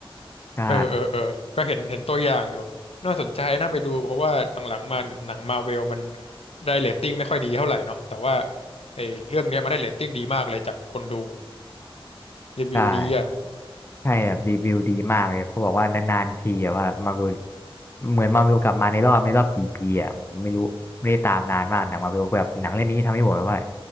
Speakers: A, on the left; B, on the left.
A: ใช่
B: เออเออเออก็เห็นเห็นตัวอย่างอยู่น่าสนใจน่าไปดูเพราะว่าหลังๆมาหนังมาเวลมันได้เรตติ้งไม่ค่อยดีเท่าไหร่เนาะแต่ว่าไอ้เรื่องเนี้ยมันได้เรตติ้งดีมากเลยจากคนดูรีวิวดีอ่ะ
A: ใช่ใช่แบบรีวิวดีมากเลยเขาบอกว่านานๆทีอะว่ามาวิวเหมือนมาวิวกลับมาในรอบในรอบกี่ปีอะผมไม่รู้ไม่ได้ตามนานมากหนังมาวิวแบบหนังเรื่องนี้ทำให้ผมแบบว่า